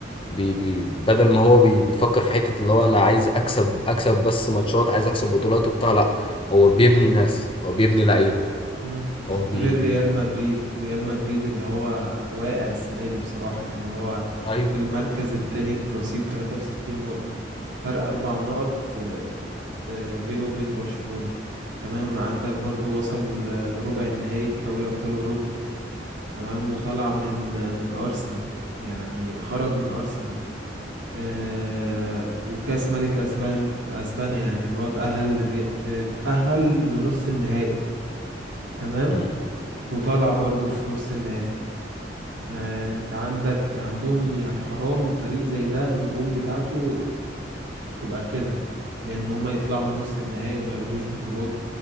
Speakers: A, on the left; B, on the right.
A: بي بي بدل ما هو بي بيفكر في حتة اللي هو انا عايز اكسب اكسب بس ماتشات عايز اكسب بطولات وبتاع لا هو بيبني ناس هو بيبني لعيبة
B: مم.
A: هو بي
B: غير ريال
A: بي
B: مدريد ريال مدريد اللي هو واقع السنة دي بصراحة يعني هو
A: ايوه
B: في المركز التاني برصيد 63 نقطة فرق أربع نقط آه، آه، بينه وبين برشلونة تمام عندك برضو وصل آه، لربع النهائي في دوري أبطال أوروبا تمام وطلع من آه، من أرسنال يعني خرج من أرسنال آه، وكأس ملك أسبان أسبانيا يعني اللي هو اتأهل لري- اتأهل لنص النهائي تمام
A: مم.
B: وطالع برضو في نص النهائي يعني انت عندك عندهم يعني حرام فريق زي ده النجوم بتاعته تبقى كده لان هم يطلعوا من نص النهائي وما ياخدوش بطولات